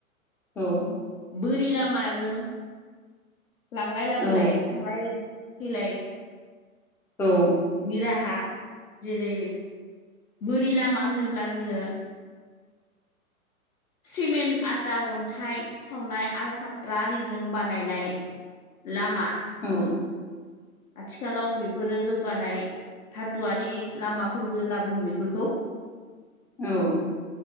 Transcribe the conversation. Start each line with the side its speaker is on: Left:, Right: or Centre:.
Centre: औ
Left: बोरि लामाजों लांलाय लाबोलाय
Centre: औ
Left: थांलाय फैलाय
Centre: औ
Left: नि राहा जेरै बोरि लामा होनोब्ला जोङो सिमेन्ट आटा अन्थाइ सावनाय आलकाट्रा आरिजों बानायनाय लामा
Centre: औ
Left: आथिखालाव बेफोरो जौगानाय धाथुवरि लामाफोरबो होनना बुङो बेफोरखौ
Centre: औ